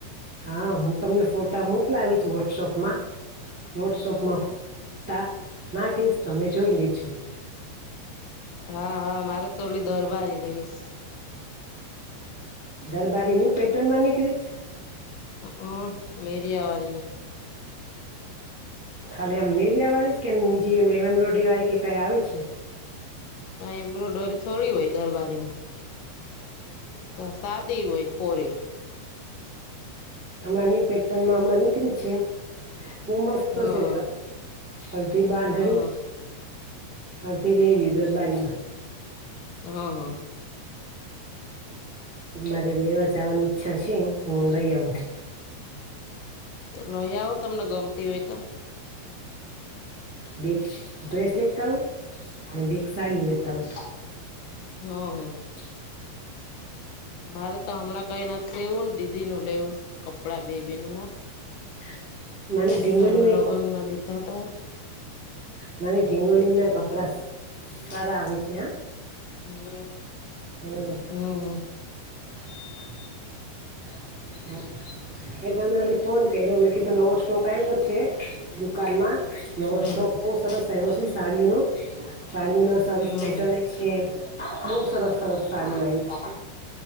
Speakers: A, in the centre; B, on the left.
A: હા હું તમને ફોટા મોકલાવીશ વોટ્સઅપમાં વોટ્સઅપમાં
B: હમ
A: ફ તા નાખીશ તમે જોઈ લેજો
B: હા હા મારે તોલી દોર બારી લેવીશ
A: દરબારી ન્યુ પેટનમાં નીકળી છે
B: હ લેરીયા વારીને
A: ખાલી આમ લેરિયા વાળી જ કેજી એમ એમ એમ્બ્રોડરી વાળ કે કઈ આવે છે?
B: એમ્બ્રોઇડરી થોડી હોય દરબારી માં તો સાદી હોય ફોરી
A: હમણા ન્યૂ પેટર્નમાં હમણાં નીકળી છે બહ મસ્ત
B: હમ
A: છે અડધી બાંધણી
B: હમ
A: અડધી લેરીયુ દરબારીમાં
B: હા હા
A: મારે લેવા જવાની ઈચ્છા છે હું લઈ આવું
B: તો લઈ આવો તમને ગમતી હોય તો
A: બે ડ્રેસ લેતા આઉ અને બેગ સાડી લેતા આઉ
B: હમ હમ
A: હ
B: મારે તો હમણાં કઈ નથી લેવું ને દીદી નું લેવું કપડા બે બે ન ના
A: <inaudible>
B: મેમે
A: ઢીંગળીયું
B: તો હણાં લોગન
A: ના
B: માં લીધા તા
A: નાની ઢીંગોળી
B: એટલે
A: ના કપડા સારા આવે છે આ
B: હ
A: હમ
B: હમ હમ
A: <inaudible> <unintelligible> મે તમને <unintelligible> ફોન કર્યો મેં કીધું નવો સ્ટોક આવ્યો છે દુકાનમાં નવો
B: હમ
A: સ્ટોક બહુ સરસ આવ્યો છે સાડીઓનો સાડીઓના સરસ
B: હમ
A: પેટર્ન છે બહુ સરસ સરસ સારી આવી છે.